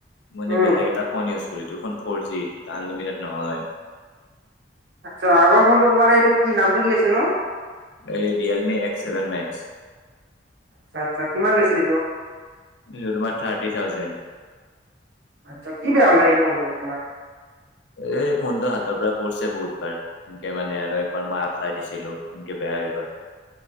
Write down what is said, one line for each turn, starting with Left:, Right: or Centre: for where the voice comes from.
Left: মানে
Right: উম
Left: বেলেগ এটা ফোন ইউজ কৰি এই ফোন ফৰ জি আনলিমিটেড নহয়।
Right: আচ্ছা আগৰ ফোনটো তোমাৰ এইটো কি নামটো কি আছিল নো
Left: এই ৰিয়েলমি এক্স ছেভেন মেক্স
Right: আচ্ছা আচ্ছা কিমান লৈছিলি এটো
Left: সেইটো তোমাৰ থাৰ্টি থাউজেণ্ড
Right: আচ্ছা কি বেয়া হ'ল সেই ফোনটো তোমাৰ
Left: এ ফোনটো হাতৰ পৰা পৰিছে বহুতবাৰ সনকে মানে আৰু এবাৰ মই এপ্লাই দিছিলো সনকে বেয়া হৈ গ'ল।